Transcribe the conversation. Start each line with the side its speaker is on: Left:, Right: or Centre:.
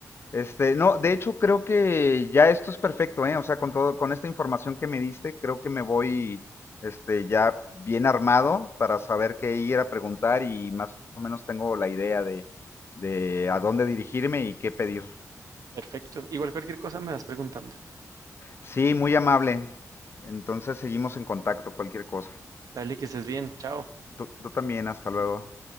Left: este, no, de hecho creo que ya esto es perfecto, ¿eh? O sea, con todo, con esta información que me diste, creo que me voy, este, ya bien armado para saber qué ir a preguntar y más o menos tengo la idea de, de a dónde dirigirme y qué pedir.
Right: Perfecto. Igual cualquier cosa me vas preguntando.
Left: Sí, muy amable. Entonces seguimos en contacto, cualquier cosa.
Right: Dale, que estés bien. Chao.
Left: Tú, tú también, hasta luego.